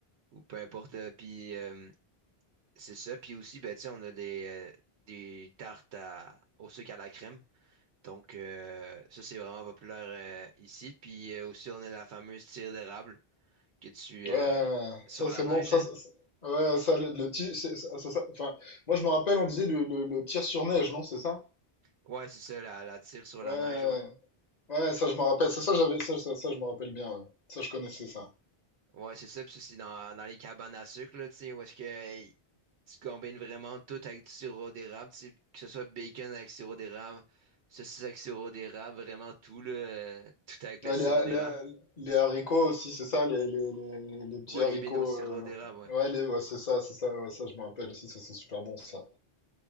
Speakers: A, on the right; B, on the left.
A: ou peu importe. euh, Puis, euh, c'est ça. Puis aussi, ben, tu sais, on a des, euh, des tartes à- au sucre à la crème. Donc, euh, ça, c'est vraiment populaire euh, ici. Puis euh, aussi, on a la fameuse tire d'érable que tu...
B: Ouais,
A: euh, sur
B: ça c'est
A: la
B: bon,
A: neige,
B: ça,
A: là.
B: ça- ça- ouais, ça le, tir ça- enfin, moi je me rappelle, on disait le, le, le tir sur neige, non, c'est ça?
A: Ouais, c'est ça, la, la tire sur
B: Ouais,
A: la
B: ouais,
A: neige, ouais.
B: ouais, ça je me rappelle. Ça, ça, j'avais, ça, ça, ça, je me rappelle bien. ouais. Ça, je connaissais ça.
A: Ouais, c'est ça. Puis ça, c'est dans, dans les cabanes à sucre, là, tu sais, où est-ce que euh, tu combines vraiment tout avec du sirop d'érable, tu sais, que ce soit bacon avec sirop d'érable, saucisse avec sirop d'érable, vraiment tout, là, euh, tout avec
B: Ouais,
A: le sirop
B: les, ha-
A: d'érable.
B: les- les haricots aussi, c'est ça, les, les, les, les petits
A: Ouais,
B: haricots.
A: les bines au sirop
B: euh,
A: d'érable, ouais.
B: Ouais, les, ouais, c'est ça, c'est ça, ouais, ça, je me rappelle aussi, ça, c'est super bon, ça.